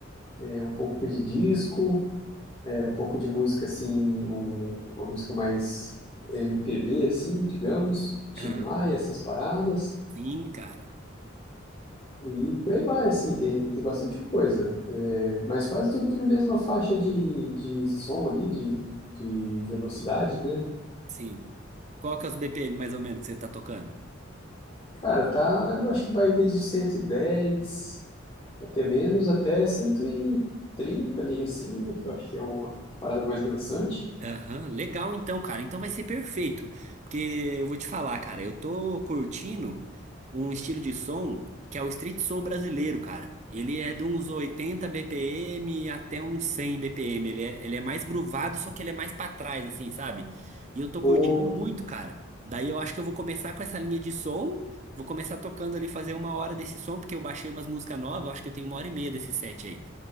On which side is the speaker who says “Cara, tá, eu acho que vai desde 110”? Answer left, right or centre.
Left